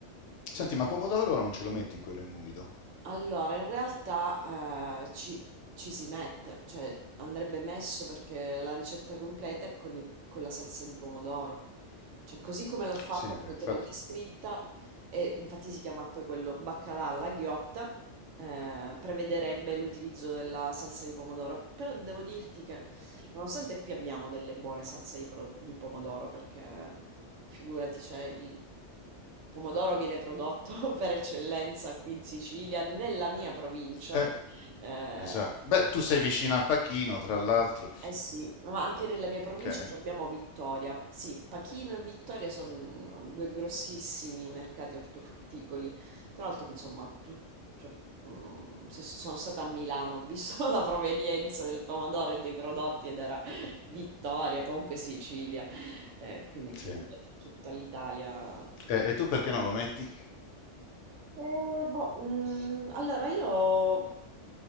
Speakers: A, on the left; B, on the right.
A: Senti, ma pomodoro non ce lo metti in quello in umido?
B: Allora, in realtà eh, ci, ci si mette, cioè andrebbe messo perché la ricetta completa è con, il- con la salsa di pomodoro. Cioè, così come l'ho fatta,
A: Sì, eh,
B: come
A: infatti.
B: te l'ho descritta, e infatti si chiama poi quello baccalà alla ghiotta, eh, prevederebbe l'utilizzo della salsa di pomodoro. Però devo dirti che Nonostante qui abbiamo delle buone salse di, pro- di pomodoro, perché figurati, c'è il pomodoro viene prodotto <laughs> per eccellenza qui in Sicilia, nella mia provincia.
A: Eh,
B: Eh,
A: esatto. Beh, tu sei vicino a Pachino, tra l'altro.
B: eh sì, ma anche nella mia provincia
A: che- eh,
B: ci abbiamo Vittoria. Sì, Pachino e Vittoria sono due grossissimi mercati ortofrutticoli. Tra l'altro, insomma, tut- cioè, mm, se- sono stata a Milano, ho visto <laughs> la provenienza del pomodoro e dei prodotti ed era Vittoria, comunque Sicilia. Eh, quindi figurati,
A: sì.
B: tutta l'Italia
A: Eh,
B: eh,
A: e tu perché non lo metti?
B: boh, mm, allora io